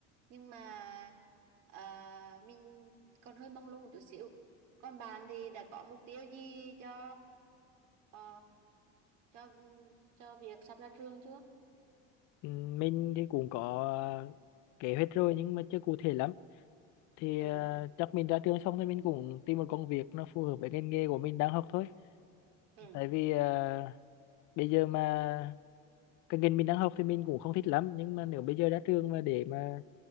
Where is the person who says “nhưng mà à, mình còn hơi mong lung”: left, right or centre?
Right